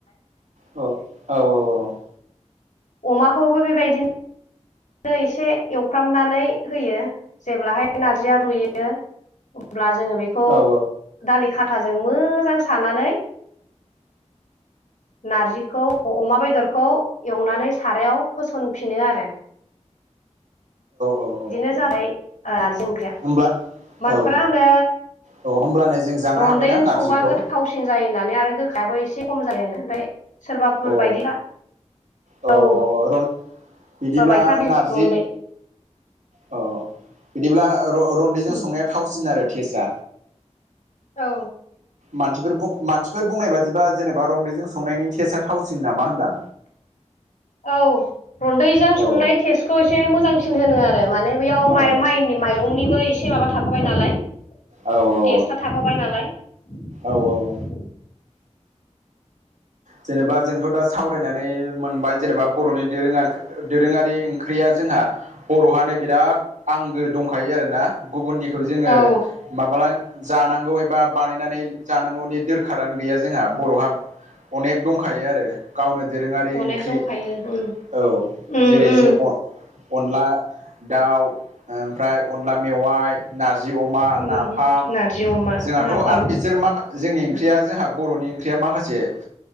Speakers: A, on the right; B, on the left.
A: औ औ औ औ ।
B: अमाखौबो बेबायदिनो एसे एवफ्रामनानै होयो । जेब्लाहाय नारजिया रुयो अब्ला जोङो बेखौ
A: औ
B: दालि खाथाजों मोजां सानानै नारजिखौ अमा बेदरखौ एवनानै सारायाव होसनफिनो आरो । बिदिनो
A: औ औ
B: जाबाय ओ नारजि ओंख्रिया
A: होमब्ला
B: मोनफोरा
A: औ
B: होनो
A: औ होमब्लानो जों जानो
B: रन्दै
A: हाबायना
B: जों
A: नारजिखौ
B: संबा गोथावसिन जायो होननानै आरो गोखायाबो एसे खम जायोनो ओमफ्राय सोरबाफोर
A: अ
B: बायदिफ्रा
A: अ
B: औ ।
A: अ रन बिदिब्ला
B: सोरबा बायफ्रा बि
A: नारजि
B: रन्दै
A: औ औ बिदिब्ला र-रन्दैजों
B: उम
A: संनाया थावसिनो आरो टेस्टआ?
B: औ
A: मानसिफोर बुं मानसिफोर बुंनाय बादिबा जेनेबा रन्दैजों संनायनि टेस्टआ थावसिन नामा होनदां
B: औ रन्दैजों
A: औ
B: संनाय टेस्टखौ ए एसे मोजांसिन होनो आरो माने बैयाव
A: औ
B: माइ माइनि माइरंनिबो एसे माबा थाफाबाय नालाय ।
A: औ औ
B: टेस्टा थाफाबाय नालाय ।
A: औ औ जेनेबा जोंथ दा सावरायनानै मोनबाय जेनेबा बर'नि दोरोआ दोरोङारि ओंख्रिया जो जोंहा बर'हानो बिराद आंगो दंखायो आरोना । गुबुननिखौ जोङो
B: औ
A: माब्ला जानांगौ एबा बानायनानै जानांगौनि दोरखारानो गैया जोंहा बर'हा अनेक दंखायो आरो गावनो दोरोङारि
B: अनेक
A: ओंख्रि
B: दंखायो उम
A: औ
B: उम
A: जेरै
B: उम
A: जे अ अनला दाउ ओमफ्राय अनला मेवाइ नारजि अमा
B: उम
A: नाफाम
B: नारजि अमा
A: जोंहाथ
B: नाफाम
A: आरो बिसोर मा जोंनि ओंख्रिया जाहा बर'नि ओंख्रिया माखासे ओ